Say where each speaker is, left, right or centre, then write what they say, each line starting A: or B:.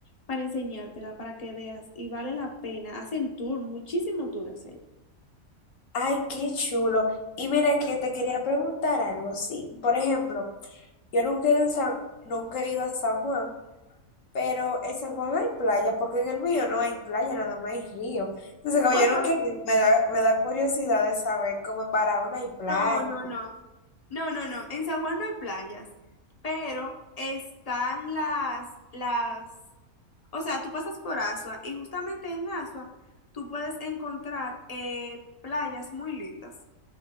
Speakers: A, on the left; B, on the left.
A: para enseñártela, para que veas y vale la pena. Hacen tour, muchísimo tour hacia allá.
B: Ay, qué chulo. Y mira que te quería preguntar algo. Sí, por ejemplo, yo nunca he ido, en San- nunca he ido a San Juan, pero en San Juan hay playa, porque en el mío no hay playa, nada más hay río. Entonces, como
A: <laughs>
B: yo nunca he ido, me da, me da curiosidad de saber cómo en Barahona hay playas.
A: No, no, no. No, no, no. En San Juan no hay playas, pero están las, las, o sea, tú pasas por Asua y justamente en Asua tú puedes encontrar eh, playas muy lindas.